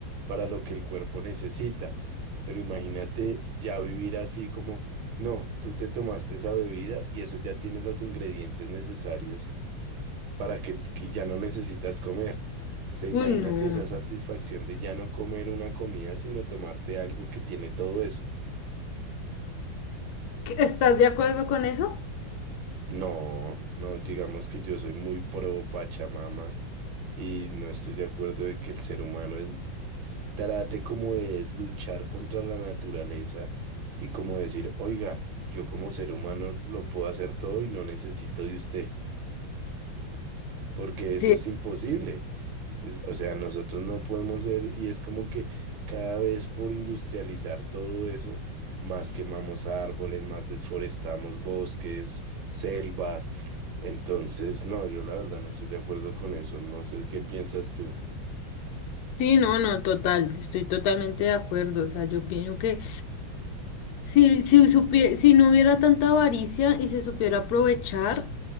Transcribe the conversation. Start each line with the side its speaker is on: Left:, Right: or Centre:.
Right: para lo que el cuerpo necesita. Pero imagínate ya vivir así como, no, tú te tomaste esa bebida y eso ya tiene los ingredientes necesarios para que y ya no necesitas comer. O sea, imagínate
Left: Uy, no.
Right: esa satisfacción de ya no comer una comida, sino tomarte algo que tiene todo eso.
Left: ¿Estás de acuerdo con eso?
Right: No, no, digamos que yo soy muy pro Pachamama y no estoy de acuerdo de que el ser humano es trate como de luchar contra la naturaleza y como decir, oiga, yo como ser humano lo puedo hacer todo y no necesito de usted, porque eso
Left: Sí,
Right: es imposible. Es- o sea, nosotros no podemos ser y es como que cada vez por industrializar todo eso, más quemamos árboles, más desforestamos bosques, selvas. Entonces, no, yo la verdad no estoy de acuerdo con eso. No sé qué piensas tú.
Left: sí, no, no, total, estoy totalmente de acuerdo. O sea, yo pienso que si, si, supie- si no hubiera tanta avaricia y se supiera aprovechar,